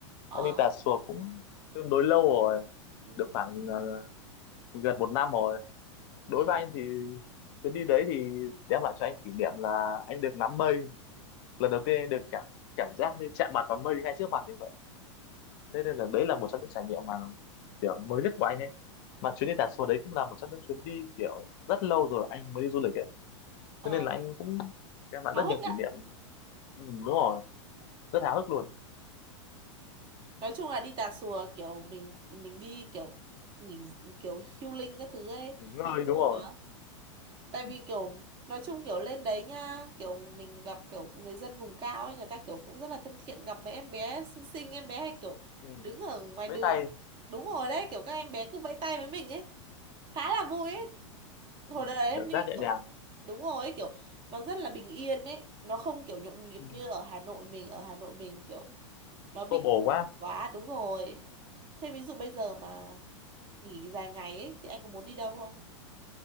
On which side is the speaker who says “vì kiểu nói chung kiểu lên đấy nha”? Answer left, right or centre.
Right